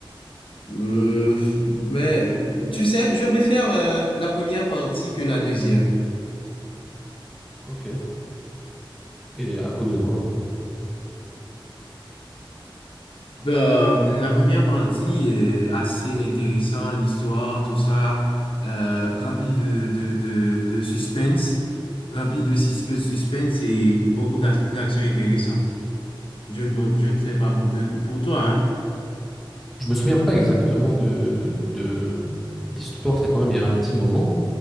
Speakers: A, on the left (about 80°); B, in the centre.
A: Euh, mais tu sais, je préfère euh, la première partie que la deuxième.
B: Ok. Et à cause de quoi?
A: Ben, la première partie est assez intéressante, l'histoire, tout ça, euh, rempli de, de, de, de suspense, rempli de sus- suspense et beaucoup d'ac- d'actions intéressantes. Je ne, pe- je ne sais pas pour, de, pour toi, hein?
B: Je me souviens pas exactement de, de... l'histoire. C'était quand même il y a un petit moment.